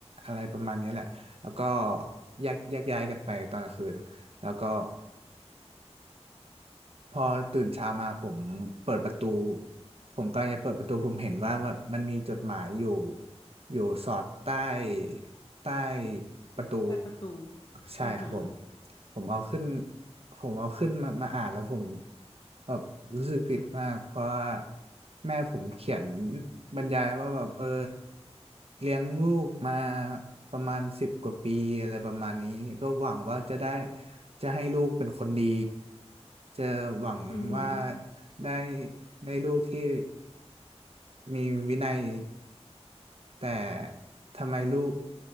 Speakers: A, on the right (about 60°); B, on the left (about 45°).
A: อะไรประมาณนี้แหละแล้วก็แยกแยกย้ายกันไปตอนกลางคืนแล้วก็พอตื่นเช้ามาผมเปิดประตูผมกำลังจะเปิดประตูผมเห็นว่าแบบมันมีจดหมายอยู่อยู่สอดใต้ใต้ประตู
B: แต่ประตู
A: ใช่ครับผม
B: อ่าฮะ
A: ผมเอาขึ้นผมเอาขึ้นมามาอ่านแล้วผมแบบรู้สึกผิดมากเพราะว่าแม่ผมเขียนบรรยายว่าแบบเออเลี้ยงลูกมาประมาณสิบกว่าปีอะไรประมาณนี้ก็หวังว่าจะได้จะให้ลูกเป็นคนดีจะหวังว่า
B: อือหือ
A: ได้ได้ลูกที่ มีวินัยแต่ทำไมลูก